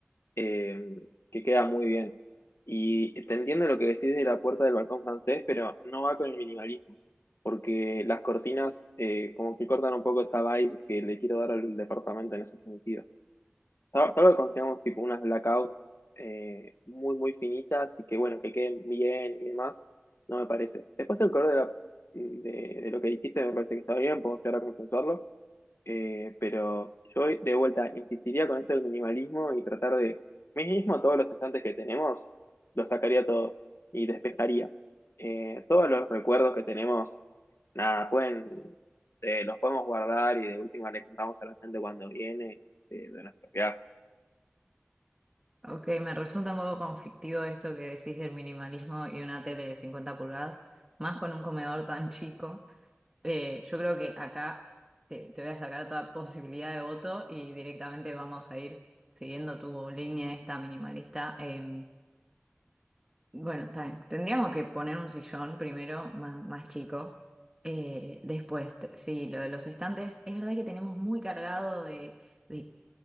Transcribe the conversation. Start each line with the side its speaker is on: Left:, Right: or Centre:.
Left: eh, que queda muy bien. Y te entiendo lo que decís de la puerta del balcón francés, pero no va con el minimalismo, porque las cortinas eh, como que cortan un poco esta vibe que le quiero dar al departamento en ese sentido. Sal- Salvo que consigamos tipo unas blackout eh, muy, muy finitas y que bueno, que queden bien y demás, no me parece. Después el color de, la, de, de lo que dijiste me parece que está bien, podemos llegar a consensuarlo. Eh, pero yo de vuelta insistiría con esto del minimalismo y tratar de, mínimo todos los estantes que tenemos, los sacaría todos y despejaría. Eh, todos los recuerdos que tenemos, nada, pueden, eh, los podemos guardar y de última le contamos a la gente cuando viene eh, de nuestro viaje.
Right: Ok, me resulta un poco conflictivo esto que decís del minimalismo y una tele de 50 pulgadas, más con un comedor tan chico. Eh, yo creo que acá te, te voy a sacar toda posibilidad de voto y directamente vamos a ir siguiendo tu línea esta minimalista. em, Bueno, está bien. Tendríamos que poner un sillón primero, más, más chico. Eh, después, t- sí, lo de los estantes, es verdad que tenemos muy cargado de, de